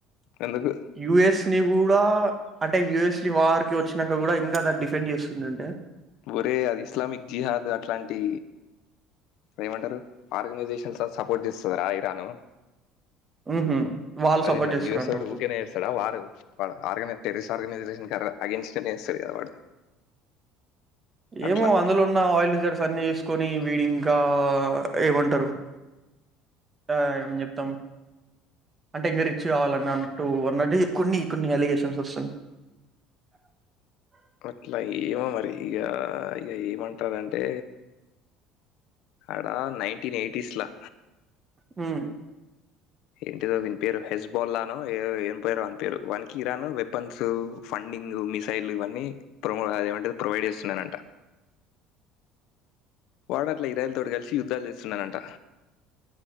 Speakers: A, on the left; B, on the right.
A: ఎందుకు
B: యూఎస్ ని కూడా అంటే యుఎస్ వార్ వచ్చినాక కూడా ఇంకా ద డిఫెండ్ చేస్తుంది అంటే
A: ఒరే అది ఇస్లామిక్ జిహాద్ అట్లాంటి ఏమంటారు ఆర్గనైజేషన్స్ సపోర్ట్ చేస్తుంది రా ఇరాను
B: హుహు. వాళ్ళు
A: అది
B: సపోర్ట్
A: మరి
B: చేస్తారంట
A: యుఎస్ వాడు
B: ఇప్పుడు.
A: వూరికి నీ చేస్తాడా వారు వా ఆగ టెరిస్ ఆర్గనైజేషన్ అగేన్స్ట్ అ సరి వాడు అట్లా
B: ఏమో అందులు ఉన్నా ఆయిల్ జ అన్న వసుకొని విడి ఇంకా ఏమంటారు ఏ చెప్తాం అంటే ఇంకా రిచ్ కావాలని అన్నట్టు అన్న కొన్ని కొన్ని ఎలిగేషన్స్ వస్తున్నాయి
A: అట్లా ఏమో మరి ఇక ఇక ఏమంటారంటే అడా నైన్టీన్ ఎయిటీస్లా
B: ఉమ్
A: ఏంటిదో విడి పేరు హెస్ బాలానో ఏ పేరో అని పేరు వాకి ఇరాన్ వెపన్స్ ఫండింగ్ మిసైల్ ఇవన్నీ ప్ర ఏమంట ప్రొవైడ్ చేస్తున్నానంట వాడట్ల ఇరాైల తోటి కలిసి యుద్ధాలు చేస్తున్నానంట